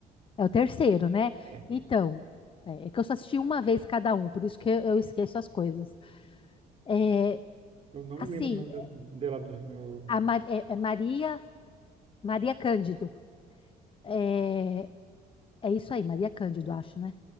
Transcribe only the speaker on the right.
É.
Eu não me
lembro o nome da- dela no, no-